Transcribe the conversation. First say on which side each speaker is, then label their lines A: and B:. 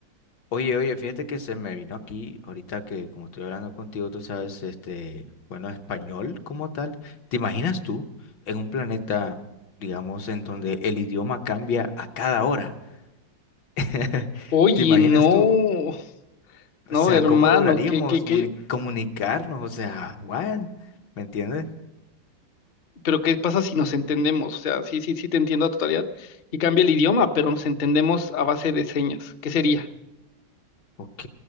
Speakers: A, on the left; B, on the left.
A: Oye, oye, fíjate que se me vino aquí, ahorita que como estoy hablando contigo, tú sabes, este, bueno, español como tal. ¿Te imaginas tú en un planeta, digamos, en donde el idioma cambia a cada hora? <laughs>
B: Oye,
A: ¿Te imaginas
B: no,
A: tú?
B: no,
A: O sea,
B: hermano,
A: ¿cómo lograríamos
B: ¿qué, qué, qué?
A: muni- comunicarnos? O sea, ¿what? ¿Me entiendes?
B: Pero ¿qué pasa si nos entendemos? O sea, sí, sí, sí te entiendo a totalidad y cambia el idioma, pero nos entendemos a base de señas. ¿Qué sería?
A: Ok,